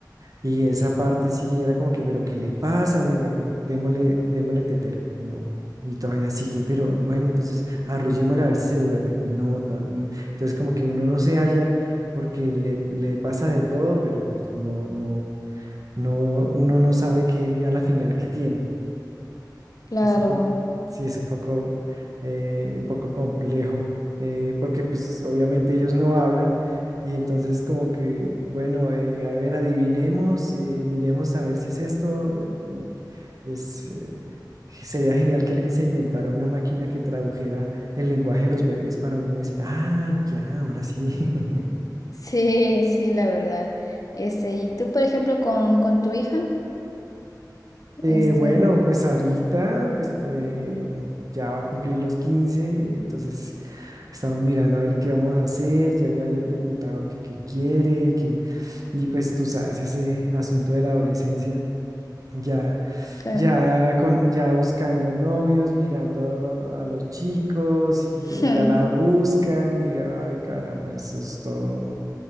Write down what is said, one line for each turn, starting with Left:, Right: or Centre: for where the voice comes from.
Right: y esa parte sí era como que, pero ¿qué le pasa? Venga, ve, démosle, démosle tetero. No, y todavía sigue, pero bueno, entonces arrullémosle a ver si se duerme. No, to- no. Entonces como que uno no se halla porque le, le pasa de todo, pero pues no, no, no, uno no sabe que a la final qué tiene.
Left: Claro,
Right: Es un poco, sí, es un poco, eh, un poco complejo, eh, porque pues obviamente ellos no hablan y entonces como que, bueno, eh, a ver, adivinemos, eh, miremos a ver si es esto. eh, y es, eh, sería genial que alguien se inventara una máquina que tradujera el lenguaje de los bebés para uno decir, ah, ya, ahora sí. <laughs>
Left: Sí, sí, la verdad. Este, y tú, por ejemplo, con, con tu hija,
Right: Eh,
Left: este,
Right: bueno, pues ahorita pues, eh, ya va a cumplir los 15, entonces estamos mirando a ver qué vamos a hacer, ya, ya le he preguntado que qué quiere, que, y pues tú sabes, ese asunto de la adolescencia, ya,
Left: que-
Right: ya, con, ya buscando novios, mirando a los chicos y
Left: <laughs>
Right: ya la buscan y ay caramba, eso es todo